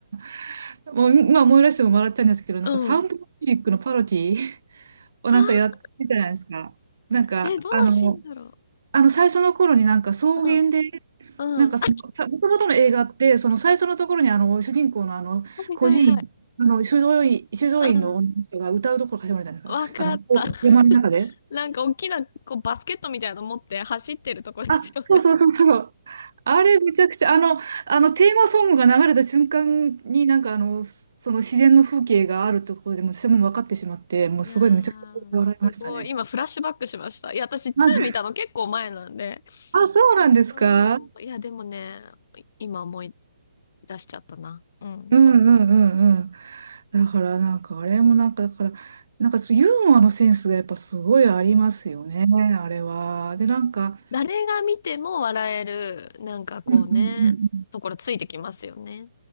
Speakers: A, on the right; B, on the left.
A: <laughs> もう、まあ思い出しても笑っちゃうんですけど、なんかサウンドミュージックのパロディ
B: ん。
A: をなんかやってたじゃないですか。
B: ああ
A: なんかあの、
B: え、どのシーンだろ
A: あの最初の頃になんか草原で、
B: う。うん。うん。
A: なんかその、
B: あ
A: さ、もともとの映画って、その最初のところにあの主人公のあの孤児院、
B: はいはいはい。
A: あの修道院、修道院の女の人が歌うところ始まるじゃないですか。
B: うん。わかった。
A: あの、
B: <laughs>
A: 山の中で。
B: なんか大きなこうバスケットみたいなの持って走ってるとこですよね。
A: あ、そうそうそうそう。あれめちゃくちゃ、あの、あのテーマソングが流れた瞬間になんかあの、その自然の風景があるところでもうそれも分かってしまって、もうすごいめちゃくちゃ笑いましたね。
B: いやー、すごい。今フラッシュバックしました。いや、私2見たの結構前なんで。
A: なんであ、そうなんですかね
B: そう。いや、でもね、今思い出しちゃったな。うん。
A: うんうんうんうん。だからなんかあれもなんか、だから、なんかそうユーモアのセンスがやっぱすごいありますよね、あれは。で、なんか、
B: 誰が見ても笑える、なんかこうね、
A: うんうんうんうん。
B: ところついてきますよね。